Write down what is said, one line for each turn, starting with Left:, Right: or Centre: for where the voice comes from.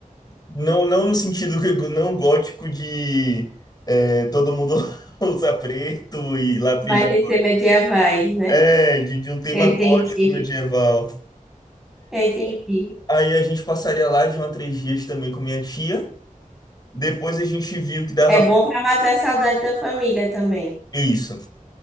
Left: Não, não no sentido que não gótico de é, todo mundo <laughs> usa preto e lápis.
Centre: Mas
Left: de-
Centre: de ser medievais, né?
Left: É, de, de um tema
Centre: Eu entendi.
Left: gótico medieval.
Centre: Eu entendi.
Left: Aí a gente passaria lá de uma três dias também com minha tia. Depois a gente viu que dava.
Centre: É bom para matar a saudade da família também.
Left: Isso.